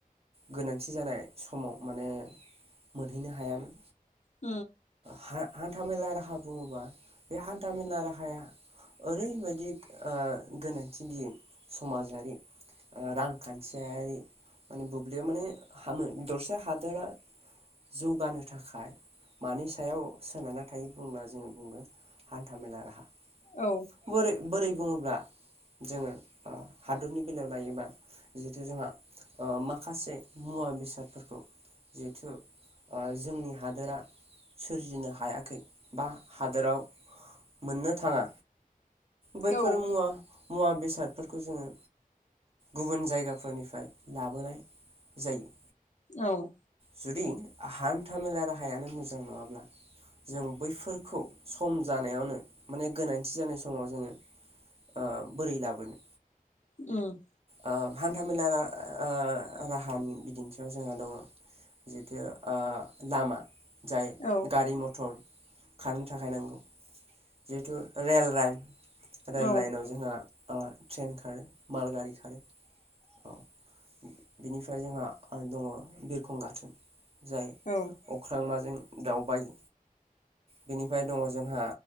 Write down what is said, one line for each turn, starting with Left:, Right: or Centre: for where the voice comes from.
Right: गोनांथि जानाय समाव माने मोनहैनो हायामोन।
Left: उम
Right: हा न्था मेला राहा बुङोबा बे हान्था मेला राहाया ओरैबायदि ओ गोनांथि नि समाजारि ओ रांखान्थियारि माने बुब्लियाव माने हामो दरसे हादरा जौगानो थाखाय मानि सायाव सोनारना थायो बुंब्ला जोङो बुंगोन हान्था मेला राहा
Left: औ
Right: बोरै बोरै बुङोब्ला जोङो ओ हादरनि बेलायाव लायोबा जिहेथु जोंहा ओ माखासे मुवा बेसादफोरखौ जिहेथु आ जोंनि हादोरा सोरजिनो हाया बा हादोराव मोननो थाङा। बैफोर
Left: औ
Right: मुवा मुवा बेसादफोर खौ जोङो गुबुन जायगाफोरनिफ्राय लाबोनाय जायो।
Left: औ।
Right: जुदि हान्थामेला राहाया नो मोजां नङाब्ला जों बैफोरखौ सम' जानायावनो माने गोनांथि जानाय समाव जोङो ओ बोरै' लाबोनो?
Left: उम'।
Right: ओ हान्थामेला रा ओ राहानि बिदिन्थिआव जोङो दं जिथु ओ लामा जाय
Left: औ
Right: गारि मथर खारनो थाखाय नांगौ। जिहेथु रेल लाइन रेल
Left: औ
Right: लाइनाव जोंहा आ ट्रेन खारो माल गारि खारो औ। बिनिफ्राय जोंहा ओ दङ बिरखं गाथोन। जाय
Left: औ
Right: अख्रां माजों दावबाय बेनिफ्राय दङ जोंहा